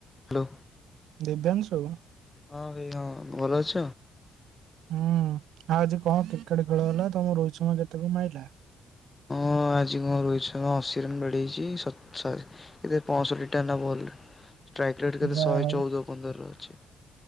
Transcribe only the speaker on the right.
Divyanshu.
ହୁଁ ଆଉ ଆଜି କଣ କ୍ରିକେଟ ଖେଳ ହେଲା ତମ ରୋହିତ ସମା କେତେ କଣ ମାଇଲା?
ଯାହା
ହଉ